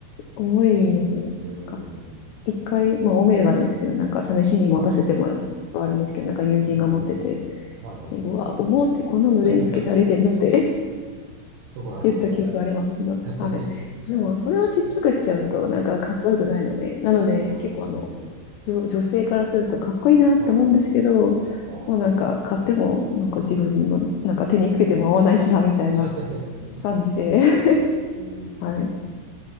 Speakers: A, on the left; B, on the right.
A: 重いですよね。
B: まだから、うーん。
A: なんか一回、まあオメガですけど、なんか試しに持たせてもらったことあるんですけど、
B: はい。
A: なんか友人が持ってて、
B: うん。はい、はい。
A: でうわ、重ってこんなの腕につけて歩いてるのって
B: <laughs> そうなんですよね。
A: 言った記憶ありますけど。
B: <laughs>
A: はい。でも、それをちっちゃくしちゃうと、
B: 確かに。
A: なんかかっこよくないので、なので、
B: うーん。
A: 結構あの、女、女性からするとかっこいいなって思うんですけど、
B: はい。ああ、
A: もうなんか買っても、なんか自分の、なんか手につけても合わないしな、
B: うん。
A: みたいな
B: <laughs>
A: 感じで、
B: なるほど。
A: <laughs>
B: うー
A: はい。
B: ん。